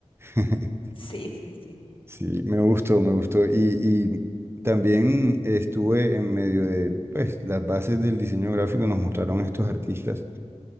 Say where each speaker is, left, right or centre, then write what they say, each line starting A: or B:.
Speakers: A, on the right (about 20°); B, on the left (about 50°).
A: <laughs>
B: Sí, sí, sí.
A: Sí, me gustó, me gustó. Y, y también estuve en medio de, pues, las bases del diseño gráfico nos mostraron estos artistas.